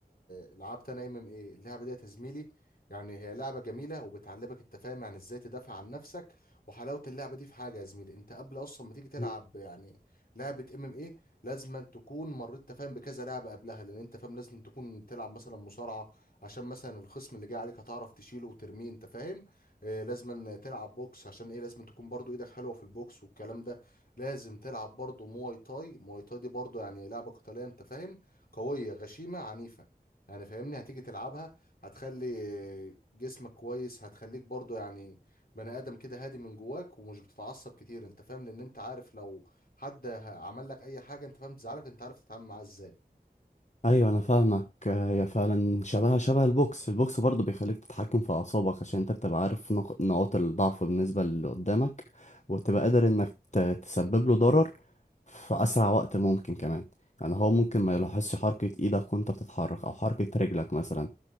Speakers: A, on the left; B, on the left.
A: لعبت انا ام ام ايه اللعبه ديت يا زميلي يعني هي لعبه جميله وبتعلمك انت فاهم يعني ازاي تدافع عن نفسك وحلاوه اللعبه دي في حاجه يا زميلي انت قبل اصلا ما تيجي تلعب
B: مم.
A: يعني لعبه ام ام ايه لازم أن تكون مريت أنت فاهم بكذا لعبه قبلها لان انت فاهم لازم تكون بتلعب مثلا مصارعه عشان مثلا الخصم اللي جاي عليك هتعرف تشيله وترميه انت فاهم آه، لازم أن تلعب بوكس عشان ايه لازم تكون برضو ايدك حلوه في البوكس والكلام ده لازم تلعب برضه مواي تاي مواي تاي دي برضه يعني لعبة قتالية انت فاهم قوية غشيمة عنيفة يعني فاهمني هتيجي تلعبها هتخلي جسمك كويس هتخليك برضه يعني بني آدم كده هادي من جواك ومش بتتعصب كتير انت فاهم لان انت عارف لو حد ه- عمل لك اي حاجة انت فاهم تزعلك انت عارف تتعامل معاه ازاي
B: ايوه انا فاهمك آه، هي فعلا شبهها شبه البوكس البوكس برضه بيخليك تتحكم في اعصابك عشان انت بتبقى عارف نق- نقاط الضعف بالنسبه للي قدامك وتبقى قادر انك ت- تسبب له ضرر في اسرع وقت ممكن كمان يعني هو ممكن ما يلاحظش حركه ايدك وانت بتتحرك او حركه رجلك مثلا